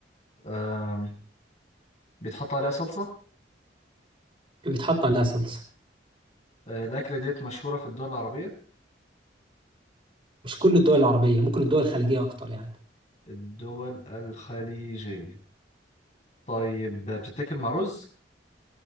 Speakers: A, on the left (about 40°); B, on the right (about 30°).
A: آم، بيتحط عليها صلصة
B: بيتحط عليها صلصة
A: آه، الأكلة ديت مشهورة في الدول العربية
B: مش كل الدول العربية ممكن الدول الخليجية أكتر يعني
A: الدول الخليجية طيب آه، بتتاكل مع رز